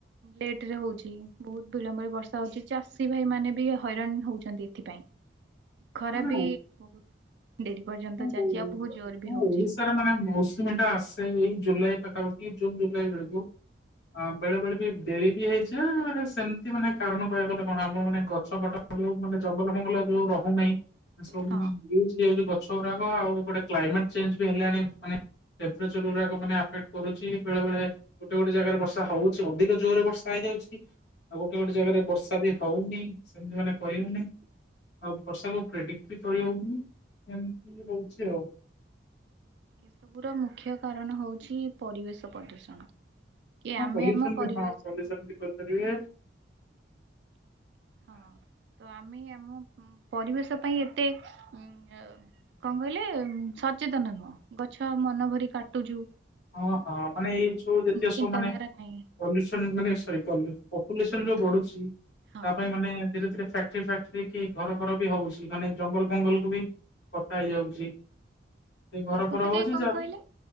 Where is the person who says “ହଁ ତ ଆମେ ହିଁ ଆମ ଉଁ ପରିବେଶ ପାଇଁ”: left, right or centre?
Right